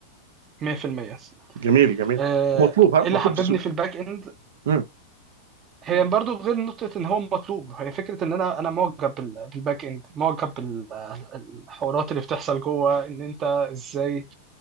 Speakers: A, on the right (about 30°); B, on the right (about 75°).
A: 100%
B: جميل جميل
A: آه،
B: ومطلوب ها
A: ايه اللي
B: مطلوب
A: حببني
B: في السوق
A: في الباك اند
B: مم.
A: هي برضو غير نقطة ان هو مطلوب هي فكرة ان انا انا معجب بال- بالباك اند معجب بالحوارات اللي بتحصل جوه ان انت ازاي